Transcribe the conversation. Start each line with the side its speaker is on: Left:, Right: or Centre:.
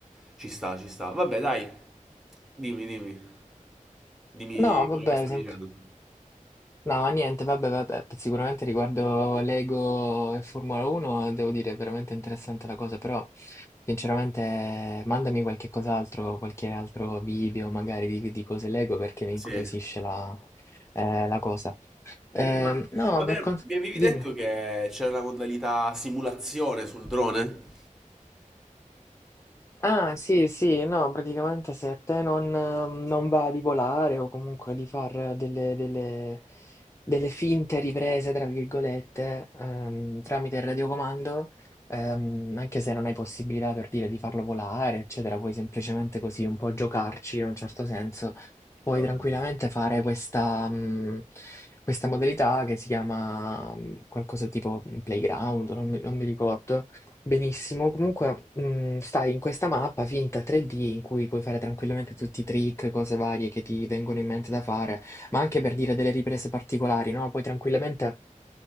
Centre: ci sta, ci sta. Vabbè, dai, dimmi, dimmi, dimmi
Left: No,
Centre: quello
Left: vabbè,
Centre: che stavi
Left: sempre.
Centre: dicendo.
Left: No, niente, vabbè, vabbè, sicuramente riguardo Lego e Formula 1 devo dire è veramente interessante la cosa, però sinceramente mandami qualche cos'altro, qualche altro video magari di, di cose Lego perché mi
Centre: Sì.
Left: incuriosisce la, eh, la cosa. Eh,
Centre: Senti, ma,
Left: no,
Centre: ma mi
Left: per quanto...
Centre: mi avevi
Left: Dimmi.
Centre: detto che c'era la modalità simulazione sul drone?
Left: Ah, sì, sì, no, praticamente se a te non, ehm, non va di volare o comunque di fare delle, delle- delle finte riprese, tra virgolette, ehm, tramite il radiocomando, ehm, anche se non hai possibilità per dire di farlo volare, eccetera, puoi semplicemente così un po' giocarci in un certo senso, puoi
Centre: Eh, ho
Left: tranquillamente
Centre: capito.
Left: fare questa, mm, questa modalità che si chiama, mm, qualcosa tipo mhmm, playground, non mi non mi ricordo Benissimo, comunque mm, stai in questa mappa finta 3D in cui puoi fare tranquillamente tutti i trick, cose varie che ti vengono in mente da fare, ma anche per dire delle riprese particolari, no? Puoi tranquillamente